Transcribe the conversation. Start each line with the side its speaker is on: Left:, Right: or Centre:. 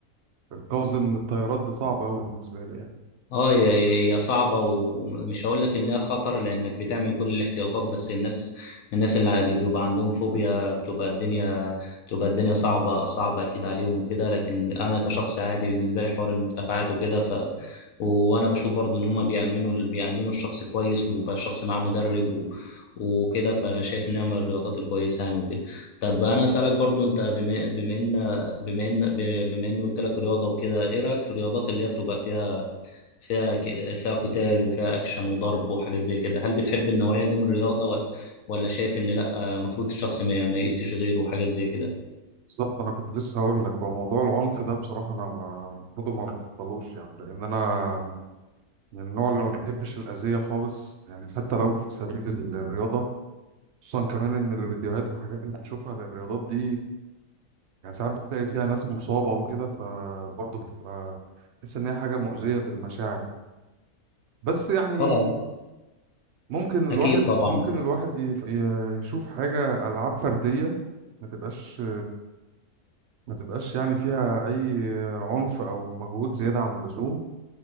Right: القفز من الطيارات ده صعب قوي بالنسبه لي يعني
Left: اه هي هي صعبة ومش هقول لك انها خطر لانك بتعمل كل الاحتياطات بس الناس الناس اللي اللي بيبقى عندهم فوبيا بتبقى الدنيا بتبقى الدنيا صعبة صعبة اكيد عليهم وكده لكن انا كشخص عادي بالنسبة لي حوار المرتفعات وكده ف وانا بشوف برضه ان هم بيأمنوا بيأمنوا الشخص كويس وبيبقى الشخص معاه مدرب و... وكده فشايف انها من الرياضات الكويسة يعني وكده طب انا اسالك برضو انت بما بما ان بما ان بما ان قلت لك رياضة وكده ايه رأيك في الرياضات اللي هي بتبقى فيها فيها ك- فيها قتال وفيها اكشن وضرب وحاجات زي كده هل بتحب النوعية دي من الرياضة ولا ولا شايف ان لا المفروض الشخص ما, ما يأذيش غيره وحاجات زي كده
Right: بالظبط انا كنت لسه هقول لك هو موضوع العنف ده بصراحه انا ما برضه ما بفضلوش يعني لان انا من النوع اللي ما بيحبش الأذية خالص يعني حتى لو في سبيل ال- الرياضة خصوصا كمان إن الفيديوهات والحاجات اللي بنشوفها للرياضات دي يعني ساعات بتلاقي فيها ناس مصابة وكده فبرضه بتبقى تحس إن هي حاجة مؤذية للمشاعر بس يعني
Left: اه
Right: ممكن
Left: اكيد
Right: الواحد
Left: طبعا
Right: ممكن الواحد يف- ي- يشوف حاجة ألعاب فردية ما تبقاش ما تبقاش يعني فيها أي عنف أو مجهود زيادة عن اللزوم